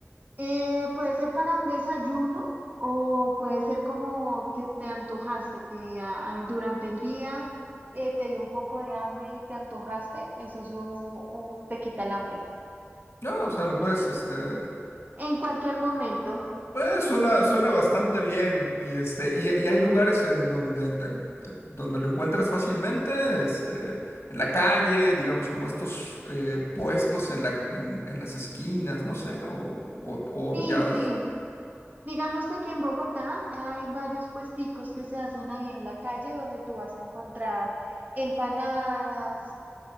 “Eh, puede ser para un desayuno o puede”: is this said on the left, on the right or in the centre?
Right